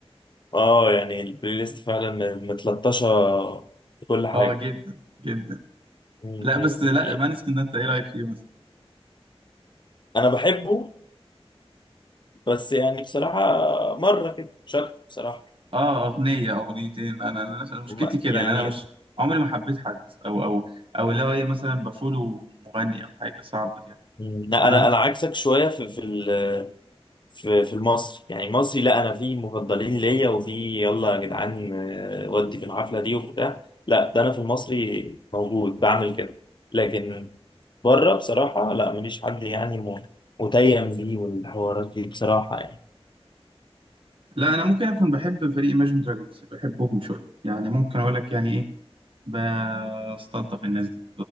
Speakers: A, on the left (about 45°); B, on the right (about 55°).
A: أه يعني البلاي ليست فعلا متلطشة في كل حاجة
B: آه جدا جدا
A: امم
B: لا بس لا
A: حقيقي
B: مانسكن ده أنت إيه رأيك فيه مثلا
A: أنا بحبه بس يعني بصراحة مرة كده مش أكتر بصراحة
B: اه اغنيه او اغنيتين انا انا أنا مشكلتي
A: ما-
B: كده
A: يعني
B: ان انا مش عمري ما حبيت حد او او او اللي هو ايه مثلا بفولو مغني او حاجه صعب يعني
A: مم. لا
B: انا
A: انا
B: ممكن
A: انا عكسك شويه في في ال- في في المصري يعني مصري لا انا في مفضلين ليا وفي يلا يا جدعان آه، ودي في الحفله دي وبتاع لا ده انا في المصري موجود بعمل كده لكن بره بصراحه لا ماليش حد يعني م- متيم ليه والحوارات دي بصراحه يعني
B: لا انا ممكن اكون بحب فريق Imagine Dragons بحبهم شويه يعني ممكن اقول لك يعني ايه بستلطف الناس دي